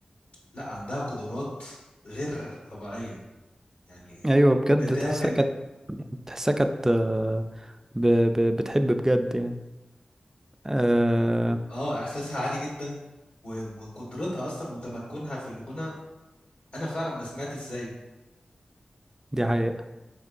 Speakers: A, on the left (about 75°); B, on the right (about 15°).
A: لا عندها قدرات غير طبيعيه يعني
B: ايوه بجد
A: بتعمل
B: تحسها كانت تحسها كانت آه، ب- ب- بتحب بجد يعني آه،
A: اه احساسها عالي جدا و- وقدرتها اصلا وتمكنها في الغنى انا فعلا ما سمعتش زيه
B: دي حقيقة